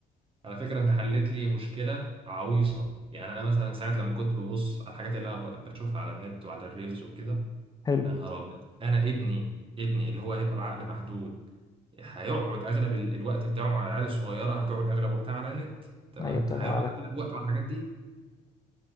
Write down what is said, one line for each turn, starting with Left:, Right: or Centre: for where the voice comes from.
Right: على فكره انت حلت لي مشكله عويصه يعني انا مثلا ساعات لما كنت ببص على الحاجات اللي انا ب- بشوفها على النت وعلى الريلز وكده
Left: حلو
Right: يا نهار ابيض انا ابني ابني اللي هو هيبقى بعقل محدود هيقعد اغلب ال- الوقت بتاعه مع العيال الصغيره هتقعد اغلب وقتها على النت تمام
Left: ايوه طبعا
Right: هيقعد
Left: لك
Right: اغلب وقته على الحاجات دي